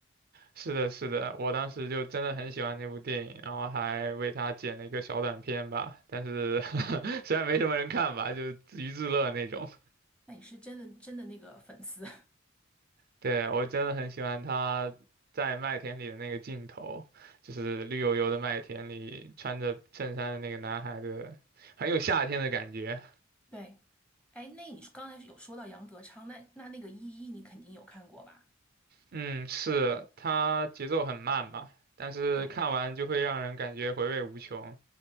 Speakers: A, on the right (about 50°); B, in the centre.
A: 是的，是的，我当时就真的很喜欢那部电影，然后还为它剪了一个小短片吧，但是 <laughs> 虽然没什么人看吧，就自娱自乐那种。
B: 那你是真的真的那个粉丝，
A: 对，我真的很喜欢他在麦田里的那个镜头，就是绿油油的麦田里穿着衬衫的那个男孩的，很有夏天的感觉。
B: <laughs> 对。哎，那你刚才有说到杨德昌，那那那个《一一》你肯定有看过吧？
A: 嗯，是，他节奏很慢吧，但是看完就会让人感觉回味无穷，
B: 对，